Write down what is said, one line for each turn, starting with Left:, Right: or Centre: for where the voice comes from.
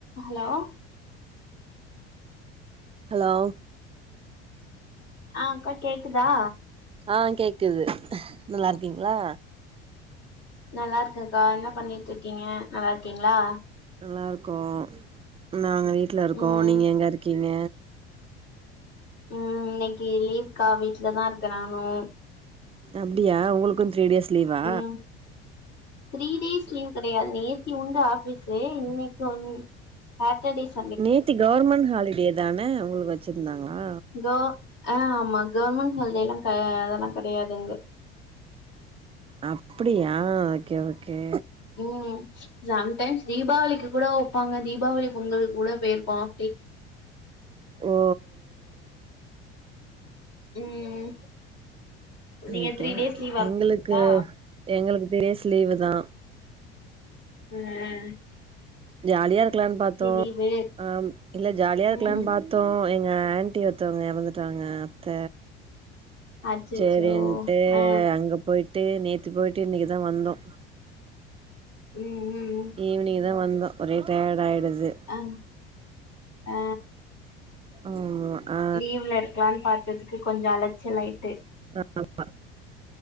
Left: Hello
Right: hello
Left: ஆ அக்கா கேக்குதா
Right: ஆ கேக்குது நல்லாருக்கீங்ளா
Left: நல்லாருக்கக்கா என்ன பண்ணிட்ருக்கீங்க நல்லா இருக்கீங்ளா
Right: நல்லாருக்கோ நாங்க வீட்ல இருக்கோ
Left: ம்
Right: நீங்க எங்கருக்கீங்க
Left: ம் இன்னைக்கு லீவ்கா வீட்ல தாருக்க நானு
Right: அப்டியா உங்களுக்கு த்ரீ டேஸ் லீவா
Left: ஆ த்ரீ டேஸ் லீவ் கெடையாது நேத்தி உண்டு ஆஃபீஸ்சு இன்னைக்கு ஒன்னு சாட்டர்டேஸ்
Right: நேத்தி கவர்மெண்ட் ஹாலிடே தான உங்களுக்கு வச்சிருந்தாங்ளா
Left: தோ ஆ ஆமா கவர்மெண்ட் ஹாலிடேலா கெடையாதுங்க
Right: அப்டியா ஓகே ஓகே
Left: ம் சம்டைம்ஸ் தீபாவளிக்கு கூட ஒப்பாங்க தீபாவளி பொங்கலு கூட பேயிருப்போ அப்டி
Right: ஓ
Left: ம் நீங்க
Right: ஓகே
Left: த்ரீ டேஸ்
Right: ஓகே
Left: லீவா
Right: எங்களுக்கு
Left: ஆ
Right: எங்களுக்கு த்ரீ டேஸ் லீவுதா
Left: ம் அ
Right: ஜாலியாருக்கலானு பாத்தோ
Left: லீவு
Right: ஆம் இல்ல ஜாலியாருக்கலான்னு
Left: ம்
Right: பாத்தோ எங்க ஆன்ட்டி ஒருத்தவங்க எறந்துட்டாங்க அத்த
Left: அச்சச்சோ
Right: சேரின்ட்டு
Left: ஆ
Right: அங்க போயிட்டு நேத்து போய்ட்டு இன்னைக்குதா வந்தோ
Left: ம் ம்
Right: ஈவினிங் தா வந்தோ ஒரே டயர்ட் ஆயிடுது
Left: அ ஆ
Right: ஆமா ஆ
Left: லீவுல இருக்கலான்னு பாத்ததுக்கு கொஞ்சோ அலைச்சல் ஆயிட்டு
Right: ஆமா